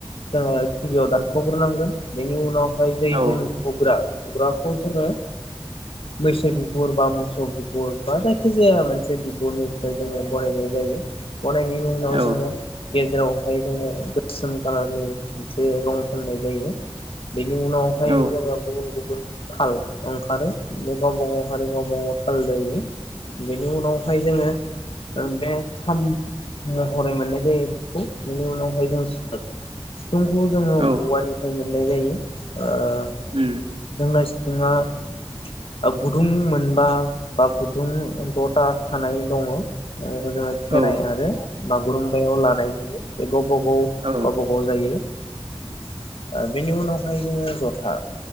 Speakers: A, on the left; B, on the right.
A: जोङो गिबियाव दानखग्रोनांगोन बेनि उनाव ऐ जै
B: औ
A: जों बुग्रा बुग्राखौ जोङो मैसो बिगुर बा मोसौ बिगुर बा जाय खिजाया मोनसे बिगुरनिफ्राय जोङो बनायनाय जायो। बनायनायनि उनाव
B: औ
A: जोङो गेजेरावहाय जोङो गो सोम कालारनि मोनसे जे रं फोननाय जायो। बेनि उनावहाय
B: औ
A: जोङो गुबुन गुबु बुनथाल अंखारो। गावबा गाव हारि गावबा गाव थाल दायो। बेनि उनावहाय जोङो ओ बे खाम महरै मोननाय जायो बेखौ। बेनि उनावहाय जों <inaudible> सिफुंखौ जोङो
B: औ
A: औवानिफ्रायनो मोननाय जायो ओ
B: उम
A: जोंना सि फुंआ गुदुं मोनबा बा गुदुं दथा थानाय दङ'। ओ बेखौ जोङो खेराइ
B: औ
A: आरो बागुरुम्बायाव लानाय जायो। बेखौ गावबा गाव गावबा
B: औ
A: गाव जायो। <inaudible> ओ बेनि उनावहाय जोङो जथा